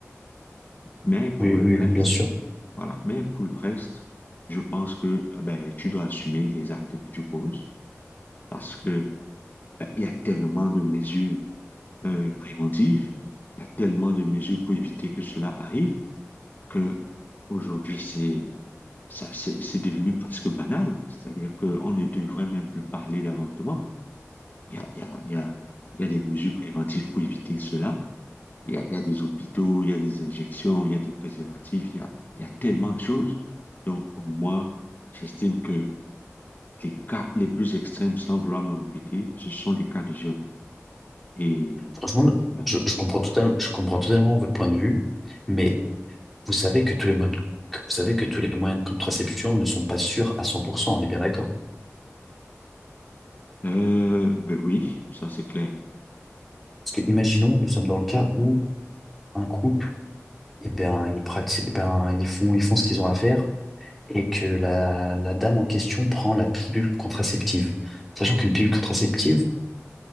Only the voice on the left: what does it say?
Mais pour
le,
re-
voilà. Mais pour le reste, je pense que euh, ben, tu dois assumer les actes que tu poses, parce que euh, il y a tellement de mesures euh, préventives, il y a tellement de mesures pour éviter que cela arrive que aujourd'hui c'est ça c'est c'est devenu presque banal, c'est-à-dire qu'on ne devrait même plus parler d'avortement. Il y a, il y a, il y a, il y a des mesures préventives pour éviter cela. Il y a, il y a des hôpitaux, il y a des injections, il y a des préservatifs, il y a, il y a tellement de choses. Donc pour moi, j'estime que les cas les plus extrêmes, sans vouloir me répéter, ce sont les cas de viol. Et
voilà.
Euh, ben oui, ça c'est clair.